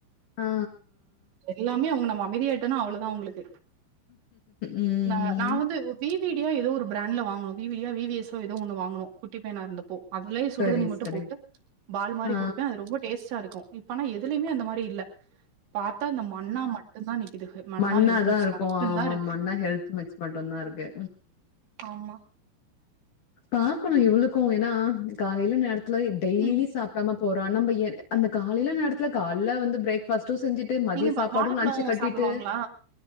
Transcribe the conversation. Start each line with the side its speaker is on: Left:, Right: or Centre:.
Left: ஆ.
Right: எல்லாமே அவுங்க நம்ம அமைதியாட்டோனா அவ்ளோதா அவுங்ளுக்கு
Left: ம்.
Right: ந நா வந்து வி வி டியோ ஏதோ ஒரு பிராண்ட்ல வாங்ணு வி வி டியோ வி வி எஸ் ஒ ஏதோ ஒன்னு வாங்னு குட்டி பையனா இருந்தப்போ அதுலே சுடுதண்ணி
Left: சரி,
Right: மட்
Left: சரி.
Right: போட்டு பால் மாரி
Left: ஆ.
Right: குடுப்பே அது ரொம்ப டேஸ்ட்டாருக்கு இப்பனா எதுலேயுமே அந்த மாரி இல்ல பாத்தா அந்த மண்ணா மட்டு தா நிக்குது மன்னா
Left: மண்ண
Right: ஹெல்த்
Left: தா
Right: மிக்ஸ்
Left: இருக்கோ
Right: மட்டும்
Left: ஆமா
Right: தான் இருக்கு.
Left: மண்ணா ஹெல்த் மிக்ஸ் மட்டுதா இருக்கு
Right: ஆமா
Left: பாக்கணு இவ்ளுக்கு ஏன்னா காலையில நேரத்துல டெய்லி
Right: ம்.
Left: சாப்டாம போறோம் நம்ம எ அந்த காலைல நேரத்துல காலைல வந்து பிரேக் ஃபாஸ்ட்டு செஞ்சுட்டு ட்டு மதிய
Right: நீங்க ப
Left: சாப்பாடு
Right: வாழைப்பழம்
Left: லஞ்ன்சு கட்டிட்டு
Right: சாப்பிடுவாங்களா?